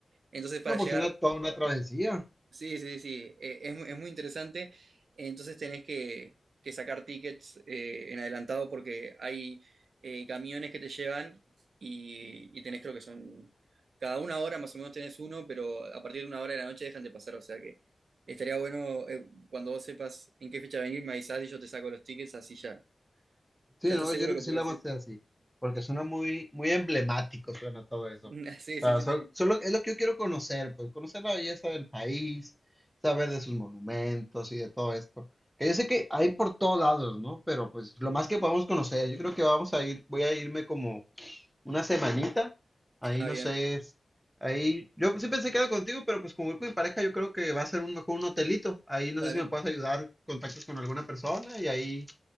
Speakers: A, on the right; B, in the centre.
A: entonces para
B: No, pues
A: llegar
B: una, toda una travesía.
A: Sí, sí, sí, eh, es, mu- es muy interesante. Entonces tenés que, que sacar tickets eh, en adelantado porque hay eh, camiones que te llevan y, y tenés creo que son, cada una hora más o menos tenés uno, pero a partir de una hora de la noche dejan de pasar. O sea que estaría bueno eh, cuando vos sepas en qué fecha venir, me avisás y yo te saco los tickets, así ya,
B: Sí,
A: ya
B: no,
A: estás seguro
B: yo creo
A: que
B: que
A: podés
B: sí la vamos
A: ir.
B: a hacer así, porque suena muy, muy emblemático, suena todo eso.
A: <laughs>
B: O
A: Sí,
B: sea,
A: sí, sí,
B: sol-
A: sí.
B: solo es lo que yo quiero conocer, pues conocer la belleza del país, saber de sus monumentos y de todo esto. Que yo sé que hay por todos lados, ¿no? Pero pues lo más que podemos conocer, yo creo que vamos a ir, voy a irme como una semanita. Ahí
A: Ah,
B: no
A: bien,
B: sé, es- ahí yo sí pensé que era contigo, pero pues como voy con mi pareja, yo creo que va a ser un mejor un hotelito. Ahí no
A: dale.
B: sé si me puedes ayudar, contactos con alguna persona y ahí